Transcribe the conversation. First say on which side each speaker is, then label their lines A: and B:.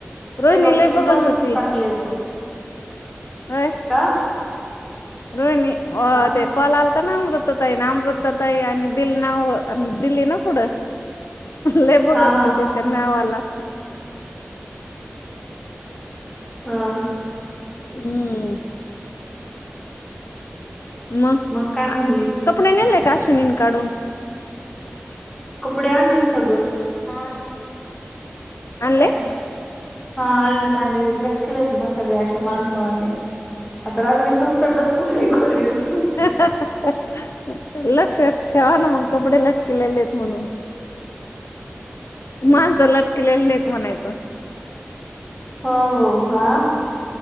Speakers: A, on the left; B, on the left.
A: रोहिणी
B: हे बघ
A: लई
B: ही
A: बघत
B: पण
A: होती,
B: चांगली बघ
A: अय.
B: का?
A: रोहिणी आं
B: हा
A: ते कॉल आलता ना अमृता ताई ना, अमृता ताई आणि दिली नाव दिली ना पुढं लई बघत
B: हा हा
A: होती
B: हा
A: त्या
B: थांब
A: नावला
B: हां
A: हूं मंग
B: मग काय म्हणली?
A: कपडे नेले का, अश्विनीनं काढून?
B: कपडे आणलेस का गं? हा हे
A: आणले
B: काय. हा आणलेत आणले, लटकलेत ना सगळे अशे माणसावानी आता रात्री फक्त डच कोणी-कोणी उठून
A: ह्ह ह्ह ह्ह. लक्षात ठेवा ना मग, कपडे लटकलेलेत म्हणून. माणसं लटकलेले नाहीयेत म्हणायचं.
B: हो हा